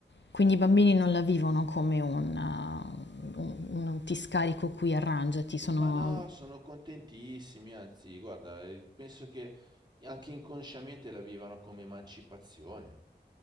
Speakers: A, on the left; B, on the right.
A: Quindi i bambini non la vivono come un, uh, un- un ti scarico qui, arrangiati, sono...
B: Ma no, sono contentissimi, anzi, guarda, eh, penso che anche inconsciamente la vivano come emancipazione.